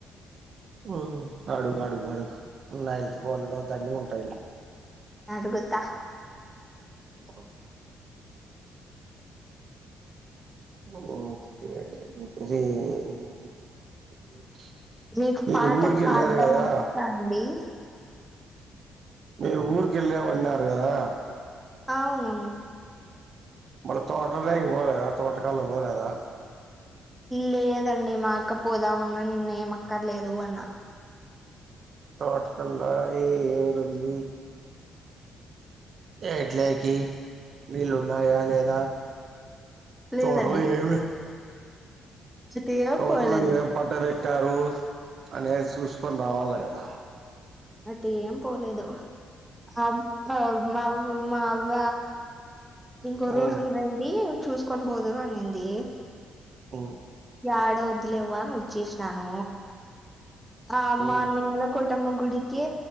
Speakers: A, on the right; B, in the centre.
A: ఉమ్ అడుగు అడుగు అడుగు ఉన్నాయి ఫోన్ లో దండిగ ఉంటాయిలే.
B: అడుగుతా
A: అ ఓకే
B: నీకు
A: మీరు
B: పాట
A: ఊరికెళ్ళారు
B: పాడ్డం
A: కదా
B: వచ్చా అండి.
A: మీరు ఊరికి ఎళ్ళమన్నారు కదా
B: అవును
A: మళ్ల తోటకాడికి పోలేదా తోటకల్లా పోలేదా.
B: లేదండి మా అక్క పోదామన్నా నేను ఏమ్ అక్కర్లేదు అన్నా.
A: తోటకల్లా ఏ ఏరు ఉంది. ఎట్లోకి నీళ్ళున్నాయా లేదా
B: లేదండి
A: తోటలో ఏమి
B: అటు ఏం
A: తోటలో
B: పోలేదు
A: ఏం పంట వెట్టారు అనేది చూసుకొని రావాలే కదా.
B: అట్ట ఏం పోలేదు ఆ మా మా అవ్వ ఇంకో
A: హ్మ్
B: రోజు ఉండండి చూసు కొని బోదురు అనింది
A: ఆ
B: ఆడ వద్దులేవ్వ అని వచ్చేసినాను అమ్మ
A: హ్మ్
B: అంది కదా కూటమ్మ గుడికి